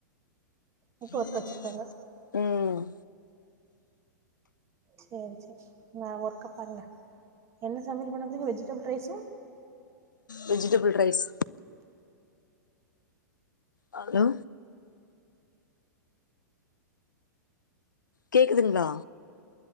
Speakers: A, on the right; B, on the left.
A: இன்னைக்கு
B: உம்
A: ஒர்க் வச்சுருக்காங்க
B: உஹம்
A: சேரி சேரி உங்க ஒர்க்க பாருங்க என்ன சமையல் பண்ண போறீங்க vegetable rice
B: vegetable rice hello கேக்குதுங்ளா